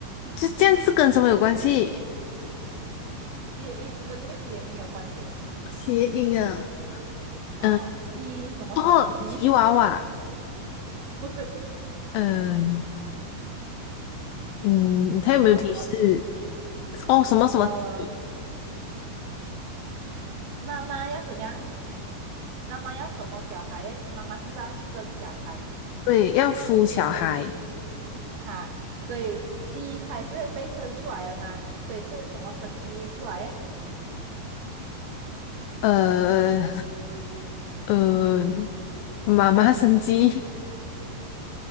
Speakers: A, on the left (about 80°); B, on the right (about 70°).
A: 就这样是跟什么有关系？
B: 谐音跟那个谐音有关系
A: 谐音啊，
B: 啊，
A: 嗯，
B: 鸡什么什么鸡，
A: 哦，吉娃娃，
B: 不是
A: 嗯嗯，他有没有提示？
B: 什么什么鸡，
A: 哦，什么什么吉？
B: 呃，妈妈要怎样？妈妈要什么小孩耶？妈妈是不是要生小孩？
A: 对，要孵小孩，
B: 哈，所以鸡它是会被生出来的嘛，所以是什么生鸡出来的
A: 呃呃，妈妈生鸡，